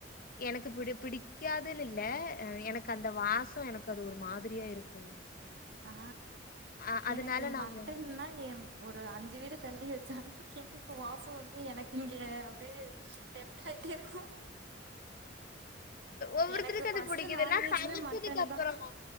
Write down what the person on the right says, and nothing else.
ஆ
எனக்கு
மட்டன்னா எம் ஒரு அஞ்சு வீடு தள்ளி வச்சாலு எனக்கு வாசோ வந்து எனக் இங்க அப்டியே டெம்ட் ஆயிட்டே இருக்கு
எனக்கு ஃபர்ஸ்ட்
நான்வெஜ்ல
மட்டன்
தா